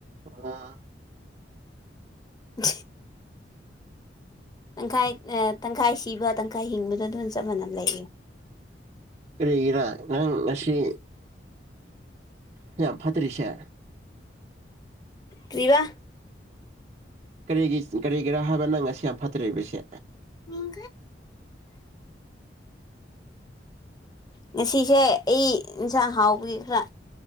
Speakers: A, on the right (about 35°); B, on the left (about 20°).
A: ꯑ
B: ꯎ ꯇꯪꯈꯥꯏ ꯇꯪꯈꯥꯏ ꯁꯤꯕ ꯇꯪꯈꯥꯏ ꯍꯤꯡꯕꯗꯣ ꯑꯗꯨꯝ ꯆꯞ ꯃꯥꯟꯅ ꯂꯩꯌꯦ
A: ꯀꯔꯤ ꯏꯔꯥ ꯅꯪ ꯉꯁꯤ ꯍ ꯌꯥꯝ ꯐꯠꯇꯔꯤꯁꯦ
B: ꯀ꯭ꯔꯤꯚ
A: ꯀꯔꯤꯒꯤ ꯀꯔꯤꯒꯤꯔꯥ ꯍꯥꯏꯕ ꯅꯪ ꯉꯁꯤ ꯌꯥꯝ ꯐꯠꯇ꯭ꯕꯁꯦ
B: <inaudible> <inaudible> ꯉꯁꯤꯁꯦ ꯑꯩ ꯏꯟꯁꯥꯡ ꯍꯥꯎꯕꯒꯤ ꯈꯔ